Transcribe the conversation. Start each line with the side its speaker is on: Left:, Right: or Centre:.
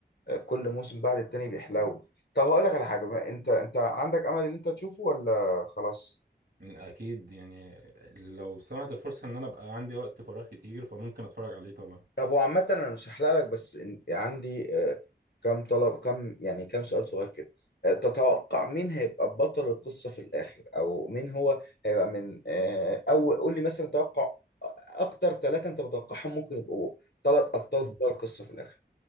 Left: آه، كل موسم بعد التاني بيحلو طب هقول لك على حاجة بقى، انت انت عندك امل ان انت تشوفه ولا خلاص
Right: اكيد يعني لو سمعت الفرصه ان انا ابقى عندي وقت فراغ كتير فممكن اتفرج عليه طبعا
Left: طب هو عامة أنا مش هحلق لك بس إن- عندي آه، كم طلب كم يعني كم سؤال صغير كده آه، تتوقع مين هيبقى بطل القصة في الآخر أو مين هو هيبقى من آه، أول قول لي مثلا توقع أكتر ثلاثة أنت متوقعهم ممكن يبقوا ثلاث أبطال
Right: مم.
Left: بطل القصة في الآخر